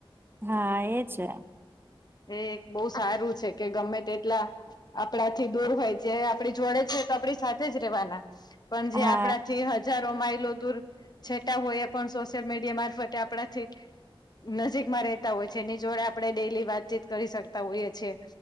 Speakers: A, on the right; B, on the left.
A: હા એ છે.
B: એ એક બહુ સારું છે કે ગમે તે એટલા આપણાથી દૂર હોય છે આપડી જોડે છે તો આપડી સાથે જ રેવાના પણ જે
A: હા
B: આપણાથી હજ હજારો માઇલો દૂર છેટા હોય એ પણ સોશિયલ મીડિયા મારફતે આપણાથી નજીકમાં રહેતા હોય છે એની જોડે આપણે ડેલી વાતચીત કરી શકતા હોઈએ છીએ.